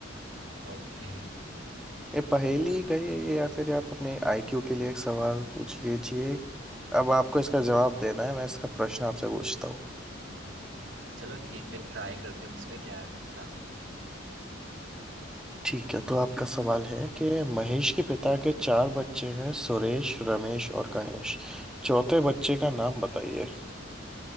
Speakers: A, on the right; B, in the centre.
A: ओके
B: ये पहेली कहिए ये, या फिर आप अपने आईक्यू के लिए एक सवाल पूछ लीजिए अब आपको इसका जवाब देना है मैं इसका प्रश्न आपसे पूछता हूँ
A: चलो ठीक है ट्राई करते हैं उसमें क्या है है ना
B: ठीक है तो आपका सवाल है कि महेश के पिता के चार बच्चे हैं सुरेश रमेश और गणेश चौथे बच्चे का नाम बताइए
A: हाँ